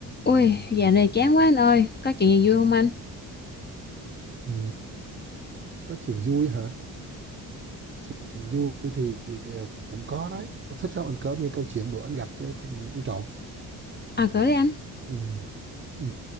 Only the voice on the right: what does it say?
Ừ, nói chuyện vui hả? Chuyện vui thì thì cũng có đấy. Ông thích không? Anh cỡ nghe câu chuyện bữa anh gặp cái thằng ăn trộm.
Ừ, ừ.